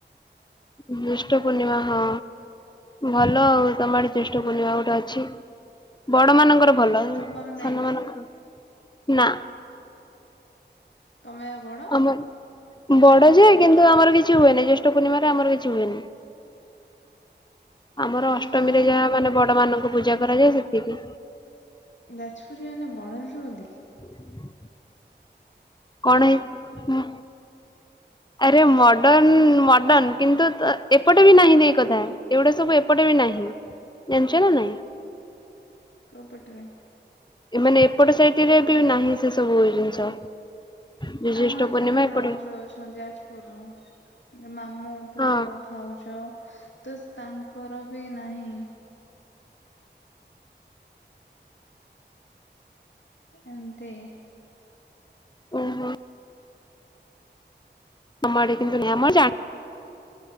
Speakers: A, on the left; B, on the left.
A: ଜେଷ୍ଟ ପୂର୍ଣ୍ଣିମା ହଁ ଭଲ ଆଉ ତମ ଆଡେ ଜେଷ୍ଟ ପୁର୍ଣିମା ଗୋଟେ ଅଛି ବଡ ମାନଙ୍କର ଭଲ
B: ତମର ନାଇଁ
A: ସାନ ମାନଙ୍କର
B: କି
A: ନା
B: ତମେ ବଡ?
A: ଆମ ବଡ ଯେ କିନ୍ତୁ ଆମର କିଛି ହୁଏନି ଜ୍ୟେଷ୍ଠ ପୂର୍ଣ୍ଣିମାରେ ଆମର କିଛି ହୁଏନି। ଆମର ଅଷ୍ଟମୀରେ
B: ଓହୋ
A: ଯାହା ମାନେ ବଡ ମାନଙ୍କୁ ପୂଜା କରାଯାଏ ସେତିକି।
B: ଯାଜପୁରିଆ ମାନେ ବଣରେ ରୁହନ୍ତି କି?
A: <unintelligible> କଣ ହେଇ ଆରେ ମଡର୍ଣ୍ଣ ମଡର୍ଣ୍ଣ କିନ୍ତୁ ତ- ଏପଟେ ବି ନାହିଁ ନାହିଁ ଏ କଥା ଏଗୁଡା ସବୁ ଏପଟେ ବି ନାହିଁ ଜାଣିଚ ନା ନାଇଁ।
B: କୋଉ ପଟରେ?
A: ଏମାନେ ଏପଟ ସାଇଟିରେ ବି ନାହିଁ ସେ ସବୁ ଜିନିଷ। ଜ୍ୟେଷ୍ଠ
B: ଆମର
A: ପୂର୍ଣ୍ଣିମା
B: ଜଣେ ଭାଉଜ
A: ଏପଟେ
B: ଅଛନ୍ତି ଯାଜପୁରରୁ। ମାମୁଁ ପୁଅ
A: ହଁ
B: ଭାଉଜ ତ ତାଙ୍କର ବି ନାହିଁ। ଏମତି
A: ଓହୋ ଆମର କିନ୍ତୁ ଆମର